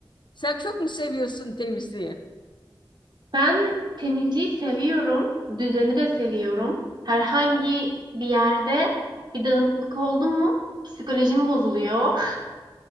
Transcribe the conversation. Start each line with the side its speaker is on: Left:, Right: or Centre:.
Left: Sen çok mu seviyorsun temizliği?
Right: Ben temizliği seviyorum, düzeni de seviyorum. Herhangi bir yerde bir dağınıklık oldu mu psikolojim bozuluyor.